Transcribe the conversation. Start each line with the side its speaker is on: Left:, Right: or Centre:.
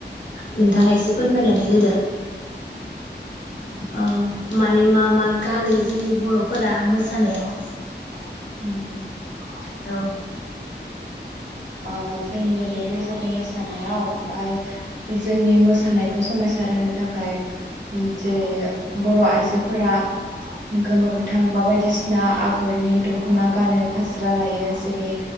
Left: नोंथाङा
Right: औ
Left: एसे फोरमायनानै नानै होदो ओ माने मा मा गानो जोंनि बर'फोरा मोसानायाव
Right: <unintelligible>
Left: औ
Right: ओ जोंनि बे बैसागु मोसानायाव बा जोंनि मोसानायखौ समायसार होनो थाखाय जेरै बर' आइजोफोरा गोमो गोथां बा बायदिसिना आगरनि दखना गानो फास्रा लायो जेरै